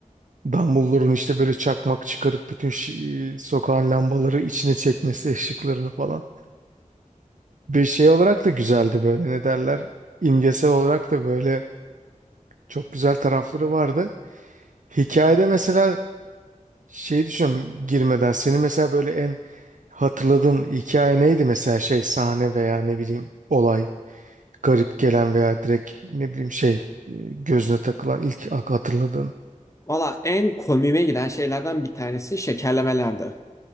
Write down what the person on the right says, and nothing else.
Dumbledore'un işte böyle çakmak çıkarıp bütün şi- e, sokağın lambaları içine çekmesi, ışıklarını falan. Bir şey olarak da güzeldi böyle ne derler. imgesel olarak da böyle çok güzel tarafları vardı. Hikayede mesela şey düşünüyorum girmeden. Senin mesela böyle en hatırladığın hikaye neydi mesela şey sahne veya ne bileyim olay garip gelen veya direkt ne bileyim şey e, gözüne takılan ilk ak- hatırladığın.